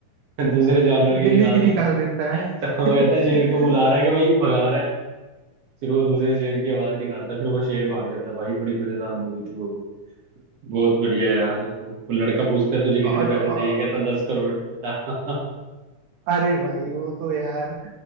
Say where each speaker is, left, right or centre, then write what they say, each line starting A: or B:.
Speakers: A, on the right (about 60°); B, on the right (about 80°).
A: दूसरे जानवर की
B: बिल्ली
A: निकाल
B: की निकाल
A: देता
B: देता है
A: है <laughs> तो वो
B: <laughs>
A: कहता है शेर को बुला रहा है कि भाई भगा रहा है फिर वो दूसरे शेर की आवाज निकालता है फिर वो शेर भाग जाता है भाई बड़ी मजेदार मूवी थी वो भी बहुत बढ़िया यार वो लड़का पूछता है तुझे कितने
B: और,
A: पैसे
B: और
A: चाहिए कहता दस करोड़ <laughs>
B: अरे भाई वो तो यार